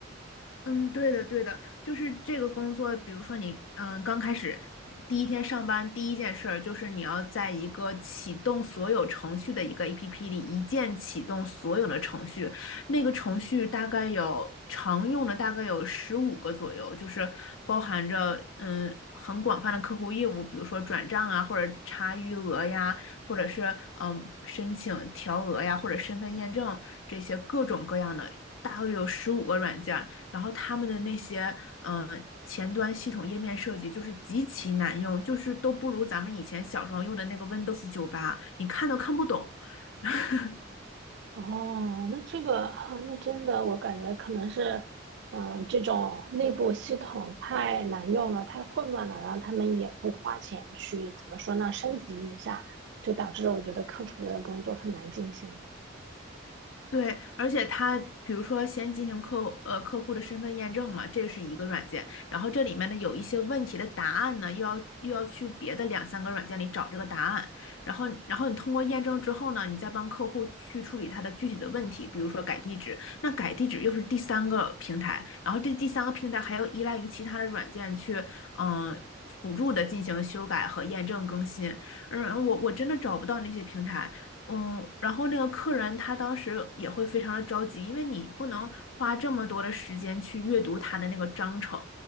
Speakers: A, on the left (about 75°); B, on the right (about 65°).
A: 嗯，对的，对的，就是这个工作，比如说你，嗯，刚开始第一天上班，第一件事儿就是你要在一个启动所有程序的一个 APP 里，一键启动所有的程序。那个程序大概有常用的大概有十五个左右，就是包含着嗯很广泛的客户业务，比如说转账啊，或者查余额呀，或者是嗯申请调额呀，或者身份验证这些各种各样的，大概有十五个软件。然后他们的那些嗯、呃前端系统页面设计就是极其难用，就是都不如咱们以前小时候用的那个 Windows 九八，你看都看不懂。<laughs>
B: 哦，那这个啊，那真的，我感觉可能是，嗯，这种内部系统太难用了，太混乱了，然后他们也不花钱去，怎么说呢，升级一下，就导致我觉得客服的工作很难进行。
A: 对，而且它比如说先进行客户呃客户的身份验证嘛，这是一个软件，然后这里面呢有一些问题的答案呢，又要又要去别的两三个软件里找这个答案，然后然后你通过验证之后呢，你再帮客户去处理他的具体的问题，比如说改地址，那改地址又是第三个平台，然后这第三个平台还要依赖于其他的软件去嗯、呃辅助的进行修改和验证更新，嗯，我我真的找不到那些平台。嗯，然后那个客人他当时也会非常的着急，因为你不能花这么多的时间去阅读他的那个章程，